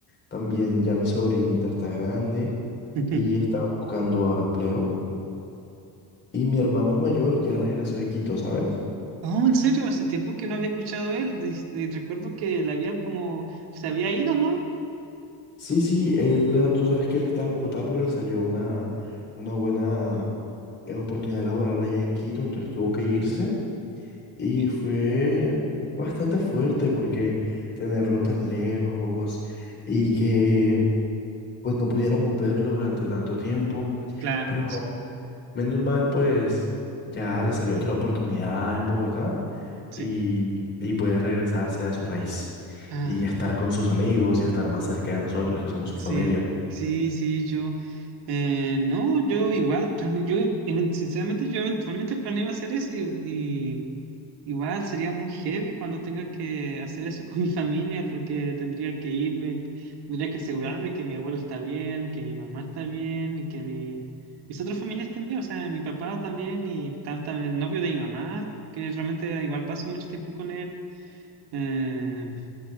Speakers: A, on the left; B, on the right.
A: también ya mi sobrinita está grande
B: <laughs>
A: y está buscando ahora empleo. Y mi hermano mayor ya regresó de Quito, ¿sabes?
B: Oh, en serio, hace tiempo que no había escuchado él. Dis- y recuerdo que le había como se había ido, ¿no?
A: Sí, sí, él, eh, tú sabes que él está en Bogotá, pero le salió una, una buena eh, oportunidad laboral allá en Quito, entonces tuvo que irse y
B: Eh,
A: fue bastante fuerte porque tenerlo tan lejos y que pues no pudiéramos verlo durante tanto tiempo,
B: Claro,
A: pero
B: sí.
A: menos mal, pues ya le salió otra oportunidad en Bogotá
B: Sí,
A: y, y puede regresarse a su país
B: Ah,
A: y estar con sus amigos y estar más cerca de nosotros, que somos su familia.
B: sí, sí, sí, yo. eh, no, yo igual, plane- yo eh, sinceramente, yo eventualmente planeaba hacer eso y, Igual sería muy heavy cuando tenga que hacer eso con mi familia, porque tendría que irme, tendría que asegurarme que mi abuelo está bien, que mi mamá está bien y que mi, mis otros familiares estén bien o sea, mi papá también y hasta el novio de mi mamá, que realmente igual paso mucho tiempo con él. Eh,